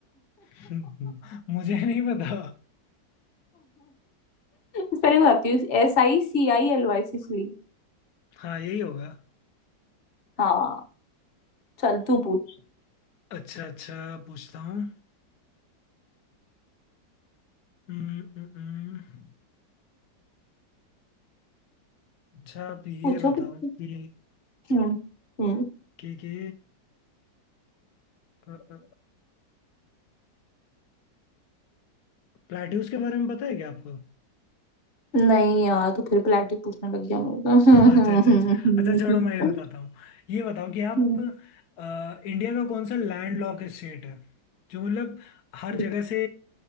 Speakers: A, on the left (about 65°); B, on the left (about 35°).
A: <laughs> मुझे नहीं पता
B: स्पेलिंग बताती हूँ S I C I L Y Sicily
A: हाँ यही होगा
B: हाँ चल तू पूछ
A: अच्छा अच्छा पूछता हूँ हम्म, हम्म, हम्म। अच्छा आप ये
B: पूछो
A: बताओ
B: पूछो
A: कि
B: हम्म हम्म।
A: कि कि अ, अ, प्लेट्यूस के बारे में पता है क्या आपको
B: नहीं यार तो फिर प्लेटिव पूछने लग गया मेरे
A: <laughs> अच्छा अच्छा अच्छा अच्छा छोड़ो मैं ये बताता हूँ ये बताओ कि आप
B: को
A: अ, इंडिया का कौन सा लैंड लॉक स्टेट है जो मतलब हर
B: <laughs>
A: जगह से